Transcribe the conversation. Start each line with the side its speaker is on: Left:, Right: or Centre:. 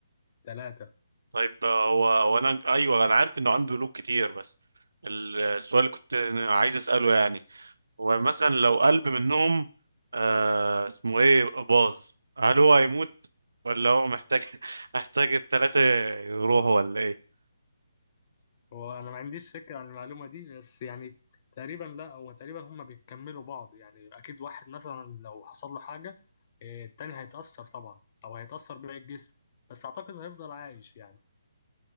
Left: ثلاثه
Right: طيب آه، هو وانا ايوه انا عارف انه عنده قلوب كتير بس السؤال اللي كنت عايز اسأله يعني هو مثلا لو قلب منهم آه اسمه ايه باظ هل هو هيموت ولا هو محتاج <laughs> محتاج الثلاثة يروحوا ولا ايه
Left: هو انا ما عنديش فكره عن المعلومه دي بس يعني تقريبا لا هو تقريبا هما بيكملوا بعض يعني اكيد واحد مثلا لو حصل له حاجه إيه، التاني هيتاثر طبعا او هيتاثر باقي الجسم بس اعتقد هيفضل عايش يعني